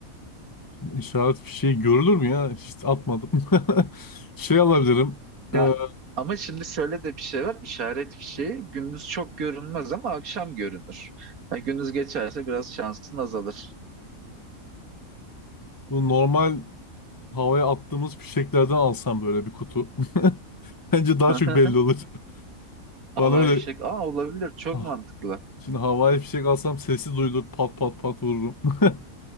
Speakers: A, on the left; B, on the right.
A: işaret fişeği görülür mü ya? Hiç atmadım. <laughs> Şey alabilirim.
B: Ya
A: e,
B: ama şimdi şöyle de bir şey var. İşaret fişeği gündüz çok görünmez ama akşam görünür. Ha, gündüz geçerse biraz şansın azalır.
A: bu normal havaya attığımız fişeklerden alsam böyle bir kutu. <laughs> Bence
B: <laughs>
A: daha çok belli olur.
B: Havai
A: Bana öyle
B: fişek. Aa olabilir. Çok
A: ah,
B: mantıklı.
A: şimdi havai fişek alsam sesi duyulur. Pat pat pat vururum. <laughs>